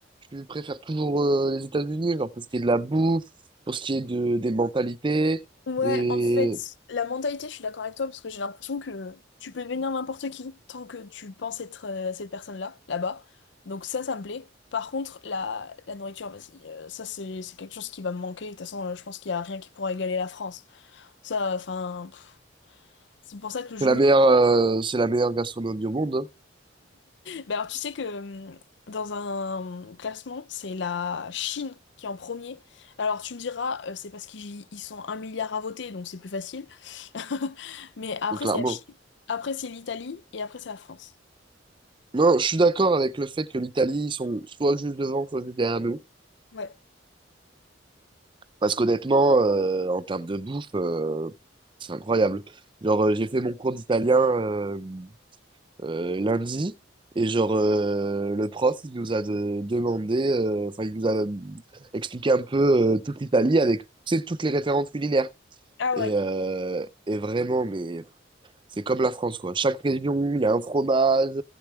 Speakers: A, on the right; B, on the left.
A: je préfère toujours euh, les États-Unis, genre pour ce qui est de la bouffe, pour ce qui est de, des mentalités,
B: Ouais,
A: des...
B: en fait, la mentalité, je suis d'accord avec toi, parce que j'ai l'impression que tu peux devenir n'importe qui tant que tu penses être euh, cette personne-là, là-bas. Donc ça, ça me plaît. Par contre, la, la nourriture, vas-y, euh, ça, c'est c'est quelque chose qui va me manquer. De toute façon, euh, je pense qu'il y a rien qui pourra égaler la France. Ça, enfin... pff, C'est pour ça que je
A: C'est la meilleure, euh, c'est la meilleure gastronomie au monde, hein.
B: Bah alors tu sais que hum, dans un classement, c'est la Chine qui est en premier. Alors tu me diras, euh, c'est parce qu'ils ils sont un milliard à voter, donc c'est plus facile. <laughs> Mais après
A: donc clairement.
B: c'est la Chine, après c'est l'Italie et après c'est la France.
A: Non, je suis d'accord avec le fait que l'Italie, ils sont soit juste devant, soit juste derrière nous.
B: Ouais.
A: Parce qu'honnêtement, euh, en termes de bouffe, euh, C'est incroyable. Genre, euh, j'ai fait mon cours d'italien euh, euh, lundi, et genre, euh, le prof, il nous a de- demandé, euh, enfin, il nous a euh, expliqué un peu euh, toute l'Italie avec, tu sais, toutes les références culinaires.
B: Ah
A: Et,
B: ouais.
A: euh, et vraiment, mais c'est comme la France, quoi. Chaque région, il y a un fromage,